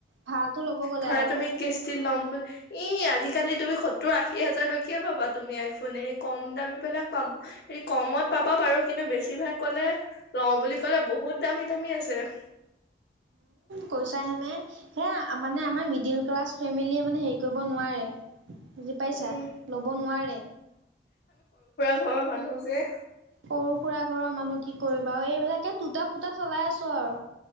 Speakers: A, on the right; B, on the left.
A: ভালটো ল'ব গ'লে
B: ধৰা
A: আৰু
B: তুমি কিষ্টি ল'ম বুলি ই আজি। আজিকালি তুমি সত্তৰ আশী হাজাৰলৈকে পাবা তুমি আইফোন হৰি কম দামী পিলাক পাম হেৰি কমত। পাবা পাৰো কিন্তু বেছিভাগ কলে লওঁ বুলি ক'লে বহুত দামী দামী আছে। <unintelligible>
A: পইছা হে নাই সেয়া মানে আমাৰ মিডিল ক্লাছ ফেমিলীয়ে মানে হেৰি কৰিব নোৱাৰে। বুজি পাইছা
B: উম,
A: ল'ব নোৱাৰে।
B: ঘৰ মানুহ যে।
A: সৰু সুৰা ঘৰৰ মানুহ কি কৰিবা আৰু এইবিলাকে টুটা ফুটা চলাই আছো আৰু।